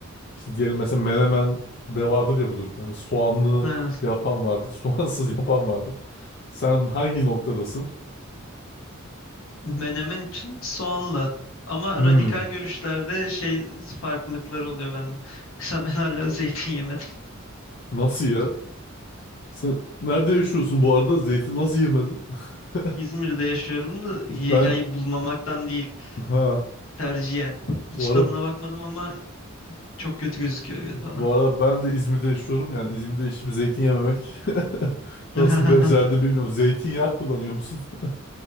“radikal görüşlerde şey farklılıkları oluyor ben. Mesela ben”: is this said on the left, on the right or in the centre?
Left